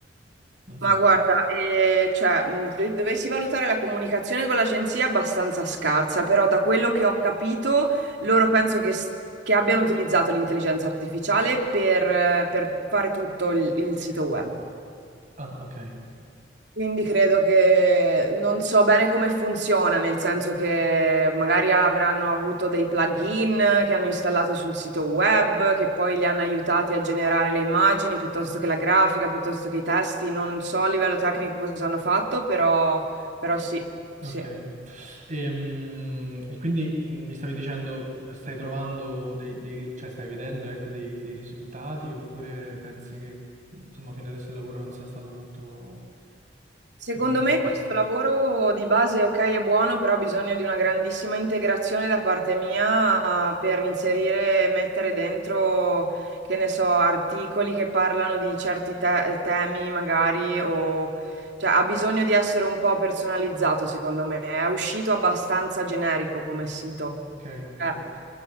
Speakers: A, on the right; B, on the right.
A: non
B: Ma
A: so.
B: guarda, eh, cioè, mh, de- dovessi valutare la comunicazione con l'agenzia è abbastanza scarsa, però da quello che ho capito, loro penso che, s- che abbiano utilizzato l'intelligenza artificiale per, eh, per fare tutto il il sito web.
A: Ah, ok,
B: Quindi credo che non so bene come funziona, nel senso che magari avranno avuto dei plugin che hanno installato sul sito web, che poi li hanno aiutati a generare le immagini piuttosto che la grafica, piuttosto che i testi. Non so a livello tecnico cosa hanno fatto, però, però sì,
A: ok.
B: sì.
A: Ehm, E, quindi mh, mi stavi dicendo, stai trovando dei, dei ri- cioè stai vedendo, ecco, dei, dei risultati oppure pensi che, insomma, fino adesso il lavoro non sia stato molto,
B: Secondo
A: non abbia
B: me
A: portato
B: questo
A: molto?
B: lavoro di base, ok, è buono, però ha bisogno di una grandissima integrazione da parte mia ah, per inserire, mettere dentro, che ne so, articoli che parlano di certi te- temi magari o... Cioè, ha bisogno di essere un po' personalizzato, secondo me. È uscito abbastanza generico come sito.
A: Ok,
B: Eh.
A: certo,